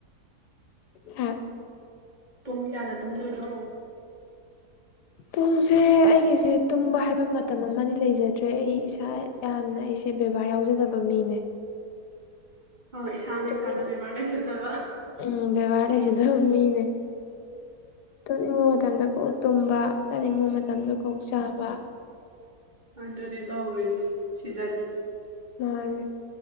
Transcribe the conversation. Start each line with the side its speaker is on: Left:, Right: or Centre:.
Left: ꯍꯥ
Right: ꯄꯨꯡ ꯀꯌꯥꯗ ꯇꯨꯝꯗꯣꯏꯅꯣ
Left: ꯄꯨꯡꯁꯦ ꯑꯩꯒꯤꯁꯦ ꯇꯨꯝꯕ ꯍꯥꯏꯕ ꯃꯇꯝ ꯑꯃꯗꯤ ꯂꯩꯖꯗ꯭ꯔꯦ ꯑꯩ ꯏꯁꯥ ꯌꯥꯝꯅ ꯑꯩꯁꯦ ꯕꯦꯕꯥꯔ ꯌꯥꯎꯖꯗꯕ ꯃꯤꯅꯦ
Right: ꯍꯣꯏ ꯏꯁꯥꯅ
Left: ꯇꯨꯝꯅꯤꯡ
Right: ꯏꯁꯥꯗ ꯕꯦꯕꯥꯔ ꯂꯩꯖꯗꯕ
Left: ꯎꯝ ꯕꯦꯕꯥꯔ ꯂꯩꯖꯗꯕ ꯃꯤꯅꯦ ꯇꯨꯝꯅꯤꯡꯕ ꯃꯇꯝꯗ ꯀꯣꯛ ꯇꯨꯝꯅꯤꯡꯕ ꯃꯇꯝꯗ ꯀꯣꯛ ꯇꯨꯝꯕ ꯆꯥꯅꯤꯡꯕ ꯃꯇꯝꯗ ꯀꯣꯛ ꯆꯥꯕ
Right: ꯑꯗꯨꯅꯦ ꯇꯧꯔꯤꯁꯦ ꯁꯤꯗꯗꯤ
Left: ꯃꯥꯅꯦ